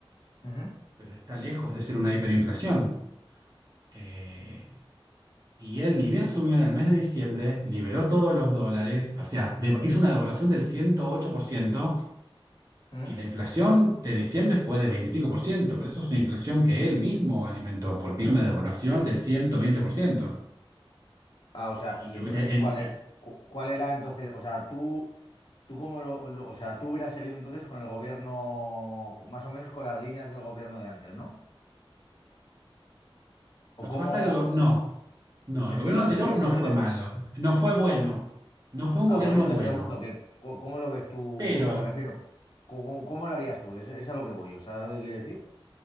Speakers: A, on the left; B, on the right.
A: Ujú,
B: pero está lejos de ser una hiperinflación. Eh, y él ni bien asumió en el mes de diciembre, liberó todos los dólares, o sea, deva- hizo una devaluación del ciento ocho por ciento
A: ujú.
B: y la inflación de diciembre fue de 25%, pero eso es una inflación que él mismo alimentó, porque hizo una devaluación del 120%.
A: Ah, o sea,
B: Y
A: y
B: tuviste
A: entonces,
B: el...
A: ¿cuál era, cu- cuál era entonces? O sea, tú, tú cómo lo, lo- o sea, tú hubieras seguido entonces con el gobierno, más o menos con las líneas del gobierno de antes, ¿no?
B: Lo
A: O
B: que
A: cómo,
B: pasa es que... lo- No. No,
A: es
B: el gobierno
A: que claro,
B: anterior
A: es que
B: no
A: por eso
B: fue
A: te,
B: malo, no fue bueno, no fue un
A: ah,
B: gobierno
A: por eso te
B: bueno,
A: pregunto que cu- cómo lo ves tú,
B: pero
A: o sea, me refiero, ¿cómo, cómo lo harías tú? Es, es a lo que voy, o sea, ¿sabes lo que quiero decir?